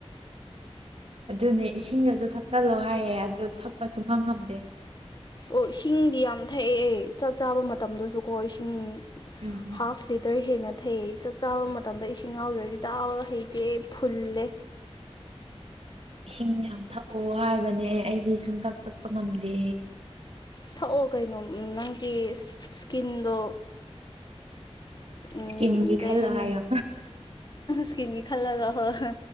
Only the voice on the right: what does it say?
ꯑꯗꯨꯅꯦ ꯏꯁꯤꯡꯗꯁꯨ ꯊꯛꯆꯜꯂꯣ ꯍꯥꯏꯌꯦ ꯑꯗꯨ ꯊꯛꯄ ꯁꯨꯛ ꯉꯝ ꯉꯝꯗꯦ
ꯎꯝ
ꯏꯁꯤꯡ ꯌꯥꯝ ꯊꯛꯑꯣ ꯍꯥꯏꯕꯅꯦ ꯑꯩꯗꯤ ꯁꯨꯡꯇꯥꯛ ꯊꯛꯄ ꯉꯝꯗꯦ
ꯏꯁꯀꯤꯟꯒꯤ
ꯈꯜꯂꯣ
ꯍꯥꯏꯌꯣ